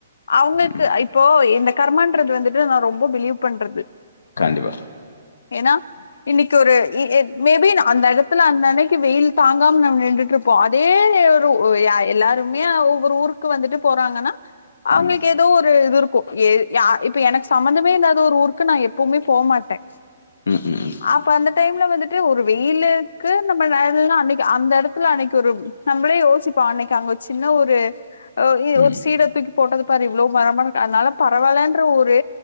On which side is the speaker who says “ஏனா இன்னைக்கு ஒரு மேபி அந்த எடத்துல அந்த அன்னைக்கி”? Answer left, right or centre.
Left